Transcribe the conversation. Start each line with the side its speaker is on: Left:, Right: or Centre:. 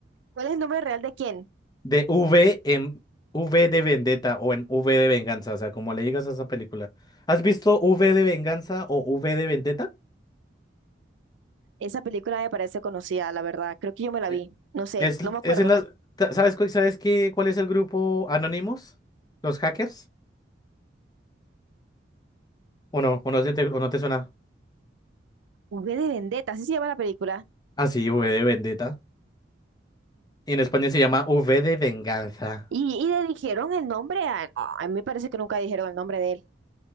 Right: ¿Cuál es el nombre real de quién?
Left: De V en V de Vendetta o en V de Venganza, o sea, como le digas a esa película. ¿Has visto V de Venganza o V de Vendetta?
Right: Esa película me parece conocida, la verdad. Creo que yo me la
Left: Eh,
Right: vi. No sé,
Left: Es,
Right: no me acuerdo.
Left: es en las... ta- ¿Sabes, cuál- sabes qué, cuál es el grupo Anonymous? ¿Los hackers? ¿O no? ¿O no, se te, o no te suena?
Right: V de Vendetta, así se llama la película.
Left: Ah, sí, V de Vendetta. Y en España se llama V de Venganza.
Right: Y, y le dijeron el nombre a... no, a mí me parece que nunca dijeron el nombre de él.